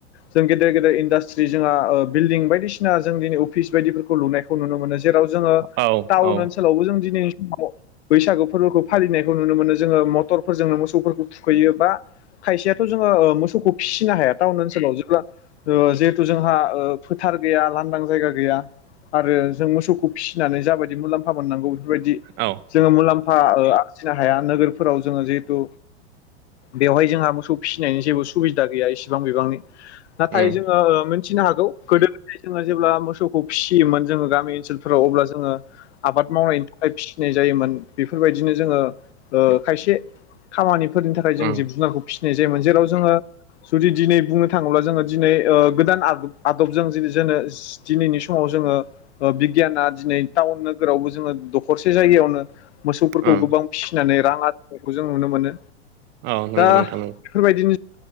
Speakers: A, on the left (about 80°); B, on the right (about 35°).
A: जों गेदेर गेदेर इन्डास्ट्रि जोंहा बिल्डिं बायदिसिना जों दिनि अ फिस बायदिफोरखौ लुनायखौ नुनो मो जेराव जोङो
B: औ
A: टाउन
B: ओ
A: ओनसोलावबो जों दिनै बैसागु फोरबोखौ फालिनायखौ नुनो मोनो जोङो मटरफोरजोंनो मोसौफोरखौ थुखैयो बा खायसेयाथ' जोङो मोसौखौ फिनो हाया। टाउन ओनसोलाव जेब्ला ओ जिहेथु जोंहा फोथार गैया लांदां जायगा गै गैया आरो जों मोसौखौ फिनानै जाबायदि मुलाम्फा फा मेननांगौ बेफोरबायदि
B: औ
A: जोङो मुलाम्फा ओ आरजिनो हाया नोगोरफोराव जोङो जिहेथु बेवहाय जोंहा मोसौ फिनायनि जेबो सुबिदा दा गैया एसेबां बिबांनि नाथाय
B: उम
A: जोङो ओ फिनो हागौ गोदोय गोदाय जोंहा जेब्ला मोसौ खौ फिमोनो गामि ओनसोल फोराव अब्ला जोङो आबाद मावनायनि थाखाय फिनाय जायोमोन बेफोरबायदिनो जोङो ओ खायसे खामानि फोरनि थाखाय जों
B: उम
A: जिब जुनारखौ फि नाय जायोमोन जेराव जोङो जुदि दिनै बुंनो थाङोब्ला जोङो दिनै ओ गोदान आदबजों जों दिनै जोङो दिनैनि समाव जोङो बिगियाना दिनै टाउन नोगोरावबो जोङो दखरसे जायगायावनो मोसौफोरखौ
B: उम
A: गोबां फिनानै रां आरजिनायखौ जों नुनो मोनो
B: औ नंगौ
A: दा
B: नोंथां नंगौ
A: बेफोरबायदिनो